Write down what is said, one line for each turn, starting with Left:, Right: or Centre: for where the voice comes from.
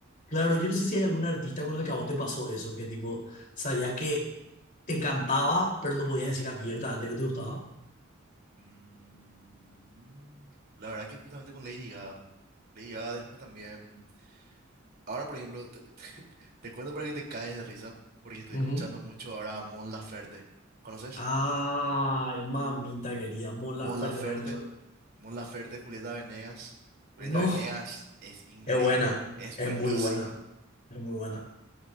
Left: claro, yo no sé si hay algún artista con el que a vos te pasó eso, que tipo, sabías que te encantaba, pero no podías decir abiertamente que te gustaba.
Right: Mm, la verdad que justamente con Lady Gaga. Lady Gaga después también. Ahora, por ejemplo, te, <laughs> te cuento para que te caes de risa, porque estoy
Left: Ujú.
Right: escuchando mucho ahora a Mon Laferte. ¿Conoces?
Left: Ay, mamita querida, Mon
Right: Mon
Left: Laferte
Right: Laferte,
Left: está escuchando.
Right: Mon Laferte, Julieta Venegas. Julieta
Left: No,
Right: Venegas es increíble,
Left: es buena,
Right: es
Left: es
Right: buenísima.
Left: muy buena, es muy buena.